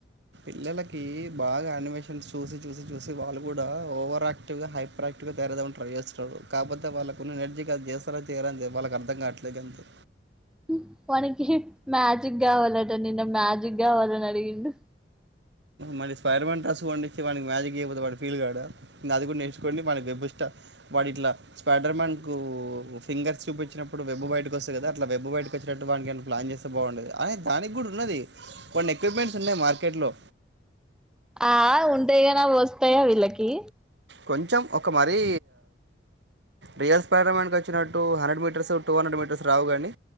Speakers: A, on the right (about 70°); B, in the centre.
A: పిల్లలకి బాగా ఆనిమేషన్స్ చూసి చూసి చూసి వాళ్ళు గుడా ఓవర్ ఆక్టివ్గా హైపర్ యాక్టివ్ గా తయారవ్ ట్రై చేస్తరోలు కాకపోతే వాళ్ళ కున్న ఎనర్జీ కది చేస్తారో చేయరో అంతే వాళ్ళకి అర్థం కావట్లే అంతే
B: అ వానికి మ్యాజిక్ కావాలట నిన్న మ్యాజిక్ గావాలని అడిగిండు
A: మళీ స్పైడర్ మాన్ ట్రస్ కొనిచ్చి వానికి మ్యాజిక్ జైపోతే వాడు ఫీల్ కాడ ఇంగ అది కూడా నేర్చుకోండి వానికి వెబ్ ష్ట వాడిట్లా స్పాడర్ మ్యాన్ కు ఫింగర్స్ చూప్చినప్పుడు వెబ్ బయట కస్తుది కద అట్ల వెబ్ బయటకొచ్చెటట్టు వానికేన ప్లాన్ చేస్తే బావుండుగ దానికి గూడున్నది కొన్ని ఎక్విప్మెంట్స్ ఉన్నాయి మార్కెట్లో
B: ఆ ఉంటే గన వస్తాయా వీళ్ళకి
A: కొంచెం ఒక మరీ రియల్ స్పైడర్ మాన్ కి వచ్చిన two hundred metres two hundred metres రావు గానీ